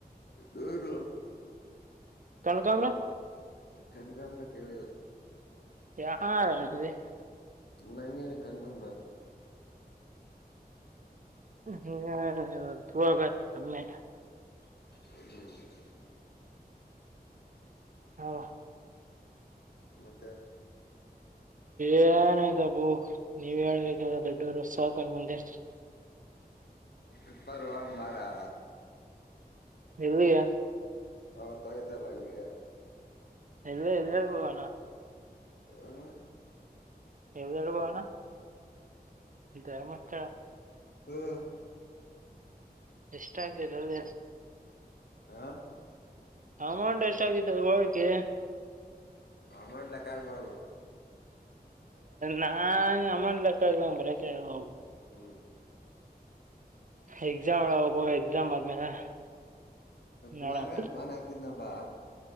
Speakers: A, on the left (about 80°); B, on the right (about 55°).
A: ಹನು <unintelligible>
B: ಕನಕಾಮರ
A: ಕನಗಾಂಬ್ರ ಕೇಳಲಿಲ್ಲ
B: ಯಾರದೆ <unintelligible>
A: ನಂಗೇನುಕ್ಕೆ ಕನಕಾಂಬರ
B: ಹ್ಮ್ ಆಗತ್ತು ತನೆ
A: ಹ್ಮ
B: ಹಾ
A: ಮತ್ತೆ
B: ಏನ ಇದ ಬೂ ನೀವ್ ಹೇಳ್ಬೇಕಲ್ಲ ದೊಡ್ಡವರು ಸಾವಕಾರ್ ಮಂಧಿ
A: ಇಪ್ಪಾರರುವ ಮಾರಾ
B: ಎಲ್ಲಿಯಾ
A: ಅವತ್ತು ಆಗಿತಲಾ ಹಂಗೆ
B: ಎಲ್ಲ ಎಲ್ಲಕ್ಕ ಬಣ
A: ಆ
B: ಎದಡು ಬಣ ಇೇ ಮತ
A: ಹ್ಮ್
B: ಎಷ್ಟ ಆಗರಲ್ಲ
A: ಆ
B: ಅಮೌಂಟ್ ಎಷ್ಟಾಗಗ್ತಿದೆ ಹಕ್ಕೆೆ
A: ಅಮೌಂಟ್ ಲೆಕ್ಕ ಆಗ್ಬಾರದು
B: ನಾನ್ ಅಮೌಂಟ್ ಲೆಕ್ಕ ಆಗ್ಲಂಗ ಬರಕ್ಕೆ ಹಾಗಲ್ಲ ಹೋಗು
A: ಹ್ಮ್
B: ಎಕ್ಸಾಮ್ ಒಳ ಹೋಗುವ ಎಕ್ಸಾಮ್ ಆದ್ಮೇಲೆ
A: ಕುಮಾರ
B: ನೋಡೋಣ
A: ಫೋನ್ ಆಗ್ತಿದ್ದ ಬಾ